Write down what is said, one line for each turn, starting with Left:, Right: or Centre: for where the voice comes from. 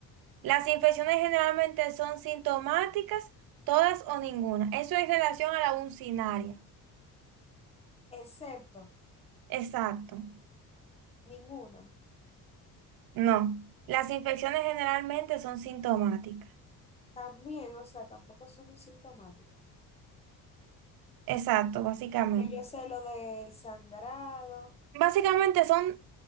Right: Las infecciones generalmente son sintomáticas, todas o ninguna. Eso en relación a la uncinaria.
Left: Excepto,
Right: Exacto.
Left: ninguna.
Right: No, las infecciones generalmente son sintomáticas.
Left: También, o sea, tampoco son sintomáticos.
Right: Exacto, básicamente.
Left: Porque yo sé lo del sangrado.
Right: Básicamente son